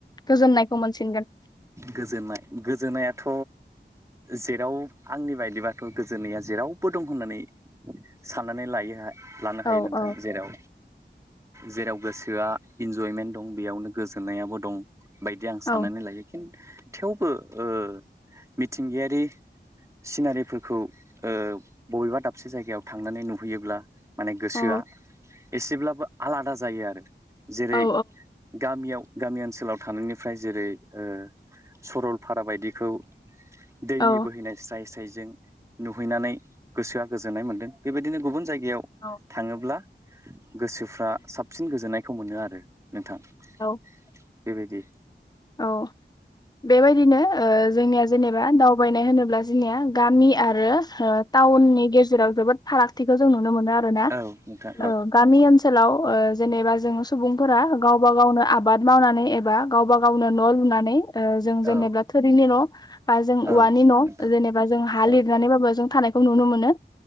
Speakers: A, on the left; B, on the right.
A: गोजोननायखौ मोनसिनगोन।
B: गोजोननाय गोजोननायाथ' जेराव आंनि बायदिबाथ' गोजोननाया जेरावबो दं होननानै साननानै लायो लानो हायो
A: औ
B: नोंथां
A: औ
B: जेराव जेराव गोसोआ इन्जयमेन्ट दं बेयावनो गोजोननायाबो दं बायदि आं साननानै
A: औ
B: लायो। खिन थेवबो ओ मिथिंगायारि सिनारिफोरखौ ओ बबेबा दाबसे जायगायाव थांनानै नुहैयोब्ला माने गोसोआ
A: औ
B: एसेब्लाबो आलादा जायो आरो। जेरै
A: औ
B: गामियाव गामि ओनसोलाव थानायनिफ्राय जेरै ओ सरलफारा बायदिखौ दैनि
A: औ
B: बोहैनाय स्राय स्रायजों नुहैनानै गोसोआ गोजोननाय मोनदों बेबायदिनो गुबुन जायगायाव
A: औ
B: थाङोब्ला गोसोफ्रा साबसिन गोजोन्नायखौ मोनो आरो नोंथां बेबायदि
A: औ औ बेबायदिनो ओ जोंनिया जेनेबा दावबायनाय होनोब्ला जोंनिया गामि आरो ओ टाउननि गेजेराव जोबोद फारागथिखौ जों नुनो मोनो आरो ना।
B: औ नोंथां
A: औ गामि ओनसोलाव ओ जेनेबा जों सुबुंफोरा गावबा गावनो आबाद मावनानै एबा गावबा गावनो न' लुनानै। ओ जों
B: औ
A: जेनेबा थोरिनि न' बा जों औवानि
B: औ
A: न'
B: नोंथां
A: जेनेबा जों हा लिरनानैबाबो
B: औ
A: जों थानायखौ नुनो मोनो।